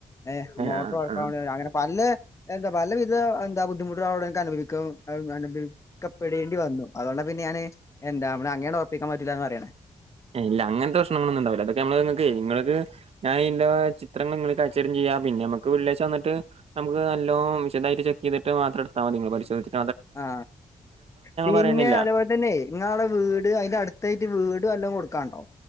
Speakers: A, on the left; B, on the right.
A: ഏ മോട്ടർ
B: ആ
A: വർക്കാവണി
B: ആ
A: അങ്ങനെ പല എന്താ പലവിധ എന്താ ബുദ്ധിമുട്ടുകൾ അവിടെ ക്ക്‌ അനുഭവിക്ക അനുഭവിക്കപ്പെടേണ്ടി വന്നു അതോണ്ട് പിന്നെ ഞാന് എന്താ നമ്മ അങ്ങേണ് ഒറപ്പിക്കാൻ പറ്റൂല്ലാന്ന് പറയാന്
B: ഇല്ല അങ്ങനത്തെ പ്രശ്നങ്ങളൊന്നും ഇണ്ടാവില്ല അതൊക്കെ മ്മള് ഇങ്ങക്ക് നിങ്ങള്ക്ക്‌- ഞാൻ ഈന്റ ചിത്രങ്ങൾ നിങ്ങള്ക്കയച്ചു തെരണില്ല പിന്നെ നമുക്ക് വെള്ളിയാഴ്ച്ച വന്നിട്ട് നമുക്ക് നല്ലോ വിശദായിട്ട് ചെ എന്നിട്ട് മാത്ര എട്ത്താ മതി നിങ്ങ പരിശോധിച്ച്
A: ആ പിന്നെ
B: പറയണില്ല.
A: അതേപോല തന്നെ ഇങ്ങട അവിട വീട് അതിന്റെ അടുത്തായിട്ട് വീട് വല്ലോം കൊടു കൊടുക്കണ്ടോ